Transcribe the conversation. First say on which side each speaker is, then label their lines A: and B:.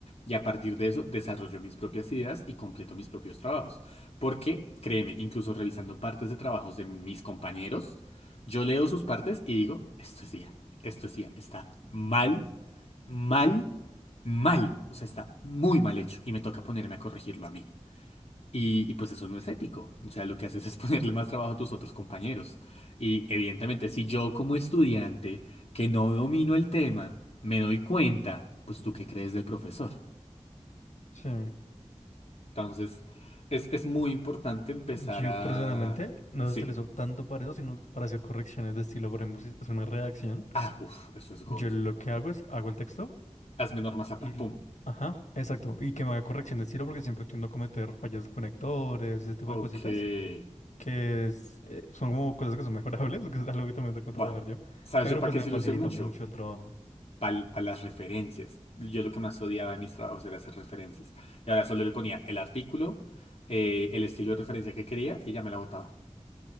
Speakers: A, on the left; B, on the left.
A: Y a partir de eso desarrollo mis propias ideas y completo mis propios trabajos. Porque, créeme, incluso revisando partes de trabajos de mis compañeros, yo leo sus partes y digo, esto es IA, esto es IA, está mal, mal, mal. O sea, está muy mal hecho y me toca ponerme a corregirlo a mí. Y, y pues eso no es ético. O sea, lo que haces es <laughs> ponerle más trabajo a tus otros compañeros. Y evidentemente, si yo como estudiante que no domino el tema, me doy cuenta, pues tú qué crees del profesor.
B: Sí.
A: Entonces, es, es muy importante empezar
B: Yo
A: a...
B: personalmente no
A: Sí.
B: lo utilizo tanto para eso, sino para hacer correcciones de estilo. Por ejemplo, si es una redacción,
A: Ah, uff, eso es
B: yo
A: God.
B: lo que hago es hago el texto.
A: Hazme norma zapa.
B: Y,
A: Pum.
B: ajá, exacto. Y que me haga corrección de estilo porque siempre tiendo a cometer fallas de conectores, ese tipo
A: Ok.
B: de cositas, que es, eh, son como cosas que son mejorables, <laughs> que es algo que también tengo que trabajar
A: Buah.
B: yo,
A: ¿Sabes
B: pero
A: yo para
B: pues
A: qué
B: me
A: se
B: facilita
A: luce mucho?
B: mucho el trabajo.
A: para las referencias. Yo lo que más odiaba de mis trabajos era hacer referencias. Y ahora solo le ponía el artículo, eh, el estilo de referencia que quería y ya me la botaba.